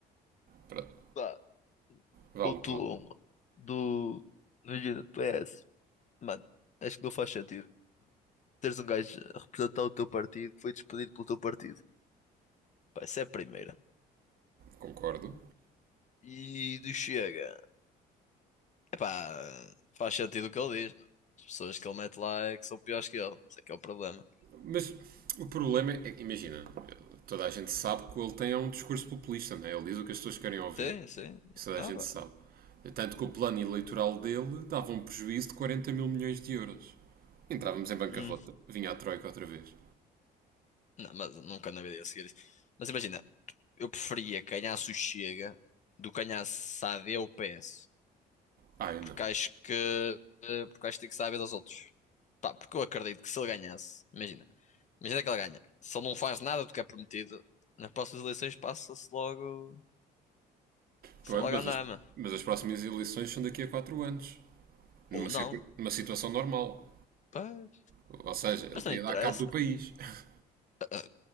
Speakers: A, on the right; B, on the left.
A: pronto,
B: Pá,
A: vale
B: o Tulum
A: o que vale.
B: do. Imagina, do PS. Mano, acho que não faz sentido teres um gajo a representar o teu partido que foi despedido pelo teu partido. Pá, isso é a primeira.
A: Concordo.
B: E do Chega. Epá, faz sentido o que ele diz, meu. As pessoas que ele mete lá é que são piores que ele. Isso é que é o problema.
A: Mas o problema é, imagina, toda a gente sabe que o ele tem é um discurso populista, não é? Ele diz o que as pessoas querem ouvir.
B: Sim, sim.
A: Isso toda
B: Ah,
A: a gente
B: pá.
A: sabe. Tanto que o plano eleitoral dele dava um prejuízo de 40 mil milhões de euros. Entrávamos em bancarrota.
B: Hum.
A: Vinha a Troika outra vez.
B: Não, mas nunca na vida ia seguir isso. Mas imagina, eu preferia que ganhasse o Chega do que ganhasse a AD ou o PS.
A: Ah, eu
B: Porque
A: não.
B: acho que. eh, Porque acho que tem que saber dos outros. Pá, porque eu acredito que se ele ganhasse, imagina, imagina que ele ganha. Se ele não faz nada do que é prometido, nas próximas eleições passa-se logo. Passa
A: Pronto,
B: logo
A: mas
B: a andar,
A: as,
B: meu.
A: mas as próximas eleições são daqui a 4 anos. Numa,
B: Ou não.
A: circu- numa situação normal.
B: Pá,
A: Ou seja, ele
B: mas
A: podia
B: não interessa.
A: dar cabo do país. <laughs>
B: Ah,